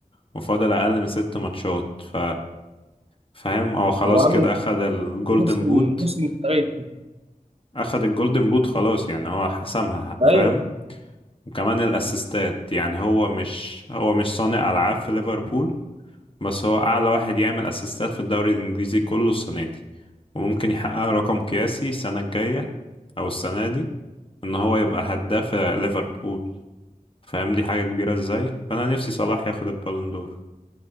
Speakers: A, on the left; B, on the right.
A: وفاضل أقل من ست ماتشات ف فاهم هو خلاص
B: هو عامل
A: كده أخد الجولدن
B: موسم
A: بوت
B: موسم تاريخي
A: أخد الجولدن بوت خلاص يعني هو حسمها
B: أيوة
A: فاهم وكمان الأسيستات يعني هو مش هو مش صانع ألعاب في ليفربول بس هو أعلى واحد يعمل أسيستات في الدوري الإنجليزي كله السنة دي وممكن يحقق رقم قياسي السنة الجاية أو السنة دي إن هو يبقى هداف ليفربول فاهم دي حاجة كبيرة إزاي فأنا نفسي صلاح ياخد البالون دور